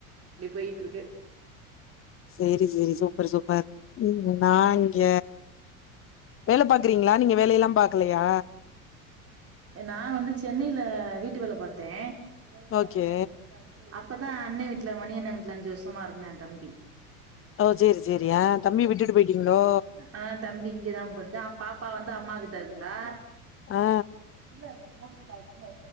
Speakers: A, on the right; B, on the left.
A: இப்டி போயிட்ருக்கு
B: செரி செரி சூப்பர் சூப்பர் ம் நா இங்க வேல பாக்குறீங்களா நீங்க வேலையெல்லா பாக்கலையா
A: நா வந்து சென்னையில வீட்டு வேல பாத் தே அப்
B: ஓகே
A: அப்பதா அண்ண வீட்ல மணி அண்ண வீட்ல அஞ்சு வருஷமாருந்தா ஏந்தம்பி
B: ஓ செரி செரி ஆ தம்பிய விட்டுட்டு போயிட்டீங்ளோ
A: ஆ தம்பி இங்கதா பட் ஆ பாப்பா வந்து அம்மாகிட் ட இருந்தா
B: ஆ
A: இரு முருங்க்காய் இல்ல